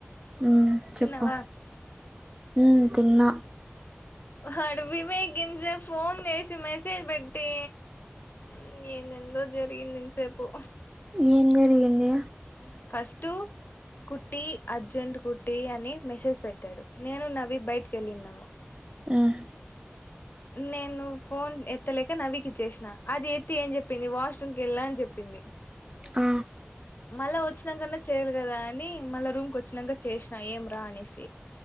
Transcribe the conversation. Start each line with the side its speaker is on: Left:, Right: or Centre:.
Right: ఉమ్ చెప్పు
Left: తిన్నావా
Right: ఉమ్ తిన్న
Left: హడవివే గింత సేపు ఫోన్ చేసి మెసేజ్ పెట్టి ఉమ్ ఏందెందో జరిగింది ఇంత సేపు
Right: ఏం జరిగిందే
Left: ఫస్ట్ కుటియి అర్జెంట్ కుట్టియీ అని మెసేజ్ పెట్టాడు నేను నవీ బయటకి వెళ్ళిన్నాము
Right: ఉమ్
Left: నేను ఫోన్ ఎత్తలేక నవీకిచ్చేసినా అది ఎత్తి ఏం చెప్పింది వాష్రూమ్కి వెళ్ళా అని చెప్పింది
Right: ఆ
Left: మళ్ళా వచ్చినాకన్నా చేయ్యల కదా అని మళ్ళా రూమ్ కి వచ్చినాక చేసినా ఏం రా అనేసి